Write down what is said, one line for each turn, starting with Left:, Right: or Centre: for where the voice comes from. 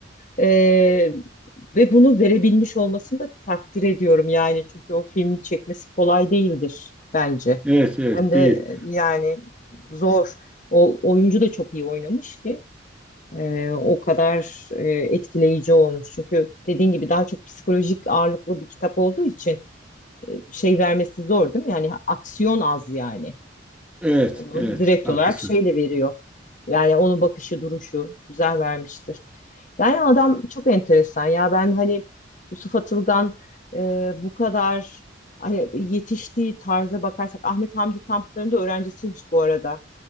Left: Ee, ve bunu verebilmiş olmasını da takdir ediyorum yani çünkü o filmi çekmesi kolay değildir bence.
Centre: Evet evet
Left: Ben de
Centre: değil.
Left: yani zor. O oyuncu da çok iyi oynamış ki e, o kadar e, etkileyici olmuş. Çünkü dediğin gibi daha çok psikolojik ağırlıklı bir kitap olduğu için e, şey vermesi zor değil mi? Yani aksiyon az yani.
Centre: Evet
Left: Onu
Centre: evet
Left: direkt
Centre: haklısın.
Left: olarak şeyle veriyor. Yani onun bakışı, duruşu güzel vermiştir. Yani adam çok enteresan ya. Ben hani Yusuf Atılgan e, bu kadar hani yetiştiği tarza bakarsak Ahmet Hamdi Tanpınar'ın da öğrencisiymiş bu arada.